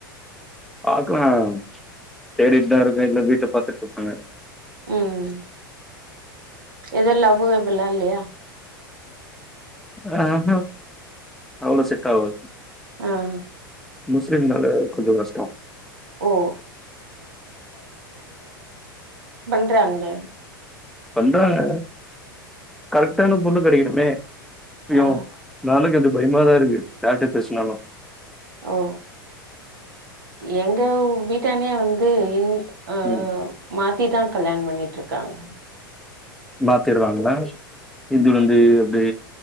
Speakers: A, in the centre; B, on the right (about 65°).
A: பாக்கலாம் தேடிட்டுதா இருக்கே இதுல்ல வீட்ட பாத்துட்டு இருக்காங்க
B: உம் எது லவ்வுகிவ்வுலா இல்லையா
A: ஆஹ ஹா அவ்ளோ செட்டாவாது
B: ஆஹ் ஹ
A: முஸ்லிம் மேளே கொஞ்ச கஷ்டோ
B: ஓ பண்றாங்குளே
A: பண்றாங்க கரெக்டான பொண்ணு கிடைக்கணுமே யோ
B: ஆ
A: <unintelligible> பயிமாதா இருக்கு யார்ட்ட பேசுனாலு
B: ஓ எங்க வீட்டானே வந்து இந் அஹ்
A: ம்
B: ஹா மாத்திடாங் கல்யாணம் பண்ணிற்றுருக்காங்க
A: மாத்திருவாங்க நான் இது வந்து தே